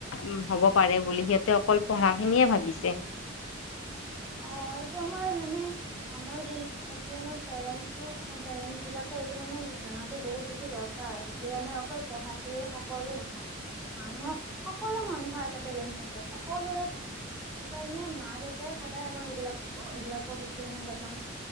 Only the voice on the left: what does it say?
উম, হ'ব পাৰে বুলি। সিহঁতে অকল পঢ়া খিনিয়ে ভাবিছে।